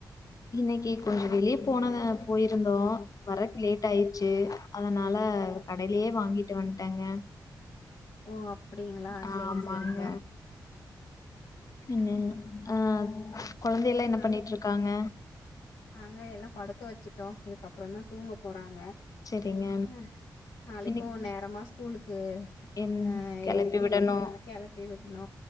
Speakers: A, on the left; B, on the left.
A: இன்னைக்கு கொஞ்ச வெளிய போனத போயிருந்தோ வறக்கு லேட் ஆயிச்சு அதனால கடையிலயே வாங்கிட்டு வந்ட்டேங்க
B: ஓ அப்டிங்களா
A: ஆ
B: செரி
A: ஆமாங்க
B: செரிங்க
A: என்ன ஆஹ் கொழந்தை எல்லா என்ன
B: நா
A: பண்ணிட்ருக்காங்க
B: நாங்க எல்லா படுக்க வச்சுட்டோ இது க்கப்பற தா தூங்கு போறாங்க
A: செரிங்க
B: அஹ் நாளைக்கு
A: இன்னைக்
B: நேரமா ஸ்கூலுக்கு
A: என்
B: அஹ்
A: கெளப்பி
B: எழுப்பி
A: விடணு
B: கெளப்பி விடணு